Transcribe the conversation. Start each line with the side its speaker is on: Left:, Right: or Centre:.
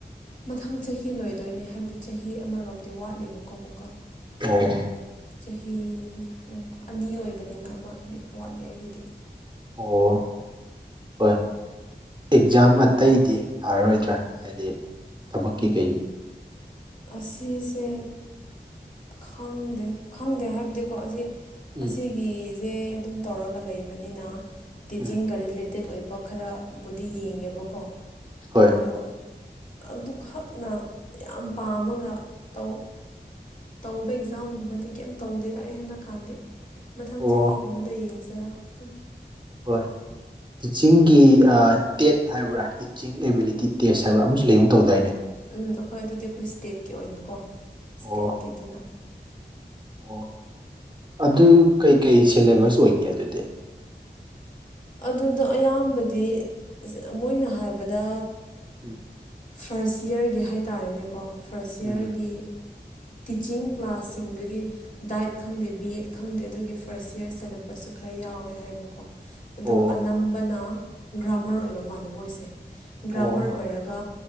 Left: ꯃꯊꯪ ꯆꯍꯤ ꯂꯣꯏꯗꯣꯏꯅꯦ ꯍꯥꯏꯕꯗꯤ ꯆꯍꯤ ꯑꯃꯔꯣꯝꯗꯤ ꯋꯥꯠꯂꯦꯕꯀꯣ ꯑꯃꯨꯛꯀ
Right: ꯑꯣ
Left: ꯆꯍꯤ ꯑꯅꯤ ꯑꯣꯏꯕꯅꯤꯅ ꯑꯃꯗꯤ ꯋꯥꯠꯂꯤ ꯑꯩꯒꯤꯗꯤ
Right: ꯑꯣ ꯍꯣꯏ ꯑꯦꯛꯖꯥꯝ ꯑꯇꯩꯗꯤ ꯊꯥꯔꯔꯣꯏꯗ꯭ꯔꯥ ꯍꯥꯏꯗꯤ ꯊꯕꯛꯀꯤ ꯀꯩꯒꯤ
Left: ꯑꯁꯤꯁꯦ ꯈꯪꯗꯦ ꯈꯪꯗꯦ ꯍꯥꯏꯕꯗꯤꯀꯣ ꯑꯁꯤ
Right: ꯎꯝ
Left: ꯑꯁꯤꯒꯤꯁꯦ ꯑꯗꯨꯝ ꯇꯧꯔꯒ ꯂꯩꯕꯅꯤꯅ ꯇꯤꯆꯤꯡꯒ
Right: ꯎꯝ
Left: ꯔꯤꯂꯦ ꯇꯦꯠ ꯑꯣꯏꯕ ꯈꯔꯕꯨꯗꯤ ꯌꯦꯡꯉꯦꯕꯀꯣ
Right: ꯍꯣꯏ
Left: ꯑꯗꯣ ꯑꯗꯨꯈꯛꯅ ꯌꯥꯝ ꯄꯥꯝꯃꯒ ꯇꯧ ꯇꯧꯕ ꯑꯦꯛꯖꯥꯝꯒꯨꯝꯕꯗꯤ ꯀꯩꯝ ꯇꯧꯗꯦꯗ ꯑꯩ ꯍꯟꯗꯛ ꯀꯥꯟꯗꯤ ꯃꯊꯪ
Right: ꯑꯣ
Left: ꯆꯍꯤꯒꯨꯝꯕꯗ ꯌꯦꯡꯁꯤꯔꯥ ꯑꯗꯨ
Right: ꯍꯣꯏ ꯇꯤꯆꯤꯡꯒꯤ ꯑꯥ ꯇꯦꯠ ꯍꯥꯏꯕ꯭ꯔꯥ ꯇꯤꯆꯤꯡ ꯑꯦꯕꯤꯂꯤꯇꯤ ꯇꯦꯁ ꯍꯥꯏꯕ꯭ꯔ ꯑꯃꯁꯨ ꯂꯩꯒꯨꯝ ꯇꯧꯗꯥꯏꯅꯦ
Left: ꯎꯝ ꯑꯩꯈꯣꯏ ꯑꯗꯨꯗꯤ ꯑꯩꯈꯣꯏ ꯁ꯭ꯇꯦꯠꯀꯤ ꯑꯣꯏꯅꯀꯣ
Right: ꯑꯣ
Left: ꯁ꯭ꯇꯦꯠꯀꯤ ꯑꯗꯨꯅ
Right: ꯑꯣ ꯑꯗꯨ ꯀꯩꯀꯩ ꯁꯦꯂꯦꯕꯁ ꯑꯣꯏꯒꯦ ꯑꯗꯨꯗꯤ
Left: ꯑꯗꯨꯗꯣ ꯑꯌꯥꯝꯕꯗꯤ ꯑꯁ ꯃꯣꯏꯅ ꯍꯥꯏꯕꯗ
Right: <inaudible>
Left: ꯐꯥꯔꯁ ꯏꯌꯥꯔꯒꯤ ꯍꯥꯏ ꯇꯥꯔꯦꯅꯦꯀꯣ ꯐꯥꯔꯁ ꯏꯌꯥꯔꯒꯤ
Right: ꯎꯝ
Left: ꯇꯤꯆꯤꯡ ꯀ꯭ꯂꯥꯁꯁꯤꯡꯗꯒꯤ ꯗꯥꯏꯠ ꯈꯪꯗꯦ ꯕꯤ ꯑꯦꯗ ꯈꯪꯗꯦ ꯑꯗꯨꯒꯤ ꯐꯥꯔꯁ ꯌꯔ ꯁꯦꯂꯦꯕꯁꯁꯨ ꯈꯔ ꯌꯥꯎꯋꯦ ꯍꯥꯏꯌꯦꯕꯀꯣ ꯑꯗꯨꯒ
Right: ꯑꯣ
Left: ꯑꯅꯝꯕꯅ ꯒ꯭ꯔꯥꯝꯃꯔ ꯑꯣꯏꯕ ꯃꯥꯜꯂꯦ ꯃꯣꯏꯁꯦ ꯒ꯭ꯔꯥꯝꯃꯔ
Right: ꯑꯣ
Left: ꯑꯣꯏꯔꯒ